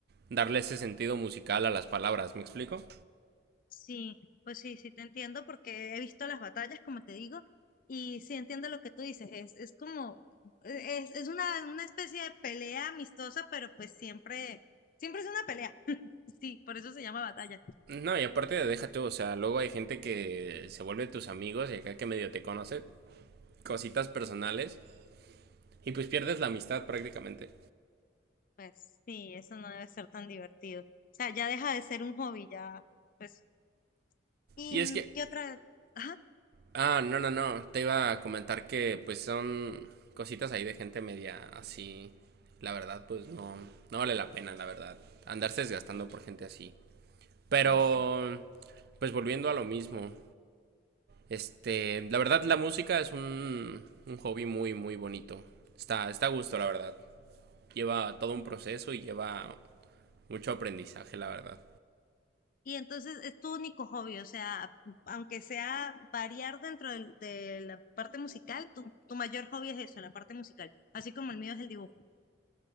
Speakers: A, on the right (about 55°); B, on the left (about 45°).
A: darle ese sentido musical a las palabras, ¿me explico?
B: Sí, pues sí, sí te entiendo porque he visto las batallas, como te digo, y sí entiendo lo que tú dices, es, es como, eh, es, es una, una especie de pelea amistosa, pero pues siempre, siempre es una pelea. <laughs> Sí, por eso se llama batalla.
A: No, y aparte de deja tú, o sea, luego hay gente que se vuelve tus amigos y acá que medio te conoce cositas personales y pues pierdes la amistad prácticamente.
B: Pues sí, eso no debe ser tan divertido. O sea, ya deja de ser un hobby, ya, pues. ¿Y
A: Y es
B: mm,
A: que,
B: qué otra? Ajá,
A: ah, no, no, no, te iba a comentar que pues son cositas ahí de gente media así, la verdad, pues no, no vale la pena, la verdad, andarse desgastando por gente así. Pero,
B: pues sí.
A: pues volviendo a lo mismo. Este, la verdad la música es un, un hobby muy, muy bonito. Está, está a gusto, la verdad. Lleva todo un proceso y lleva mucho aprendizaje, la verdad.
B: Y entonces es tu único hobby, o sea, aunque sea variar dentro del- de, la parte musical, tu, tu mayor hobby es eso, la parte musical, así como el mío es el dibujo,